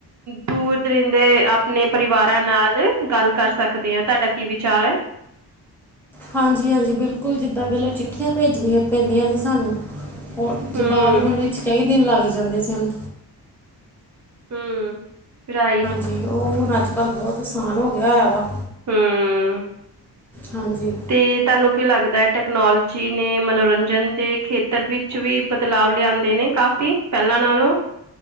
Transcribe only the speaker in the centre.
ਹਾਂਜੀ ਹਾਂਜੀ ਬਿਲਕੁਲ ਜਿੱਦਾਂ ਪਹਿਲੋਂ ਚਿੱਠੀਆਂ ਭੇਜਣੀਆਂ ਪੈਂਦੀਆਂ ਸੀ ਸਾਨੂੰ। ਉਹ
ਜਵਾਬ ਹੋਣ ਵਿੱਚ ਕਹਈ ਦਿਨ ਲੱਗ ਜਾਂਦੇ ਸ ਹਨ
ਜੀ ਉਹ ਹੁਣ ਅੱਜ ਕੱਲ੍ਹ ਬਹੁਤ ਆਸਾਨ ਹੋ ਗਿਆ ਹੋਇਆ ਵਾ
ਹਾਂਜੀ